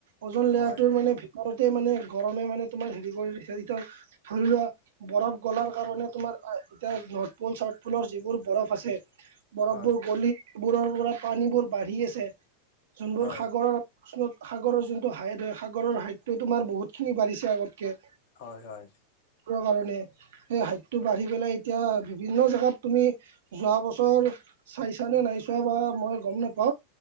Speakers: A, on the right (about 60°); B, on the left (about 50°).
A: অজন লেয়াৰটোৰ
B: হয়
A: মানে ভিতৰতে মানে গৰমে মানে তোমাৰ হেৰি কৰিছে যিটো ধৰি লোৱা বৰফ গলাৰ কাৰণে তোমাৰ এতিয়া নৰ্থ পুল চাউথ পুলৰ যিবোৰ বৰফ আছে। বৰফবোৰ
B: হয়
A: গলিবোৰৰ পৰা পানীবোৰ বাঢ়ি আছে যোনবোৰ
B: হয়
A: সাগৰৰ ত সাগৰৰ যোনটো হাইট হয় সাগৰৰ হাইতটো তোমাৰ বহুতখিনি বাঢ়িছে আগতকে।
B: হয়, হয়।
A: কাৰণে সেই হাইতটো বাঢ়ি পেলাই এতিয়া বিভিন্ন জোগাত তুমি যোৱা ব ওছৰ চাইছা নে নাই চোৱা বা মই গম নাপাওঁ